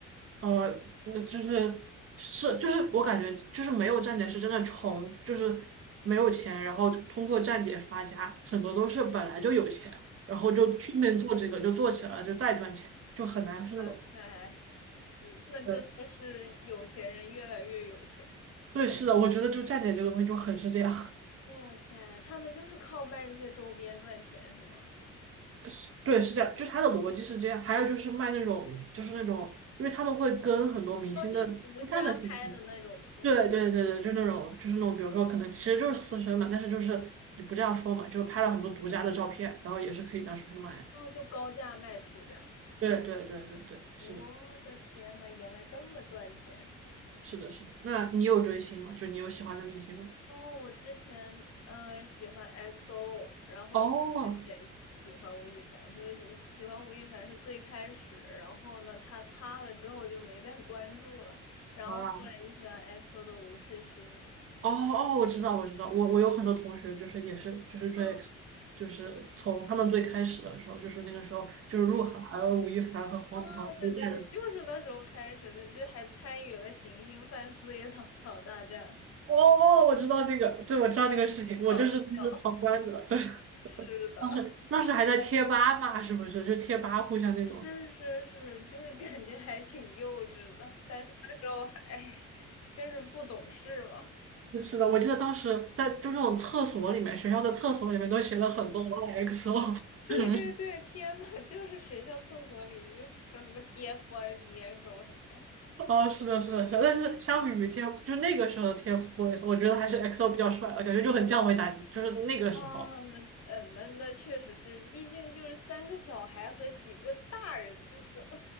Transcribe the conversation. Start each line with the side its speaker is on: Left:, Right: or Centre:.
Right: 呃，那就是是就是我感觉就是没有站姐是真的穷，就是没有钱，然后通过站姐发家，很多都是本来就有钱，然后就顺便做这个就做起来了，
Left: 嗯，
Right: 就再赚钱，就很难是那种。
Left: 哇塞，那真的是有钱人越来越有钱。
Right: 对，对，是的，我觉得就站姐这个东西就很是这样，
Left: 哇塞，他们就是靠卖这些周边赚钱是吗？
Right: <laughs> 对，是这样，就是它的逻辑是这样。还有就是卖那种就是那种，因为他们会跟很多明星的私下的信息
Left: 哦，就独家拍的那种图，
Right: 对对对对，就那种就是那种，比如说可能其实就是私生嘛，但是就是你不这样说嘛，就是拍了很多独家的照片，然后也是可以拿出去卖。
Left: 哦，就高价卖出这样。
Right: 对对对对对，是的，
Left: 我的天呐，原来这么赚钱！
Right: 是的，是的。那你有追星吗？就你有喜欢的明星吗？
Left: 哦，我之前呃喜欢 XO，然后在之前喜欢吴亦凡，
Right: 哦，
Left: 就是吴喜欢吴亦凡是最开始，然后呢他塌了之后就没再关注了，然后后来就喜欢
Right: 啊，
Left: XO 的吴世勋。
Right: 哦哦，我知道我知道，我我有很多同学就是也是就是追
Left: 哦，
Right: X，就是从他们最开始的时候，就是那个时候就是鹿晗、
Left: 对，
Right: 有吴亦凡和黄子韬都在的。
Left: 哦，对对对，就是那时候开始的，就还参与了《行星饭四叶草草大战》，
Right: 哦哦，我知道那个，对，我知道那个事情，我就是就是旁观者。
Left: 搞笑。
Right: 对
Left: 是的，
Right: <laughs> 当时当时还在贴吧嘛，是不是？就贴吧互相那种。
Left: 是是是，就是感觉还挺幼稚的，但是那时候还，哎就是不懂事嘛。
Right: 就是的，我记得当时在就那种厕所里面，学校的厕所里面都写了很多 YXO。
Left: 对对对，
Right: <laughs>
Left: 天呐，<laughs> 就是学校厕所里就是说什么 TFBOYS、EXO 什么的
Right: 哦，是的，是的，是的。但是相比于 TF，就那个时候的 TFBOYS，我觉得还是 XO 比较帅了，感觉就很降维打击。就是那个时候，
Left: 啊，那嗯，呃那那确实是，毕竟就是三个小孩和几个大人，这这